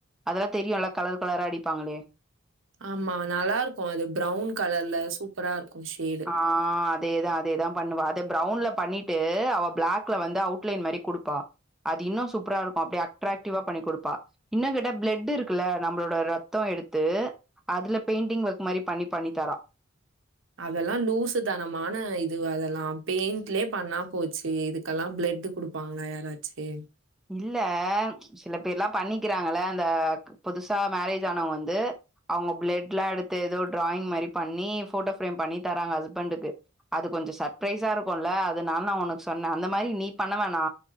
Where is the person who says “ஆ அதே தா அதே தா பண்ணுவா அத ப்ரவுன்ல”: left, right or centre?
Centre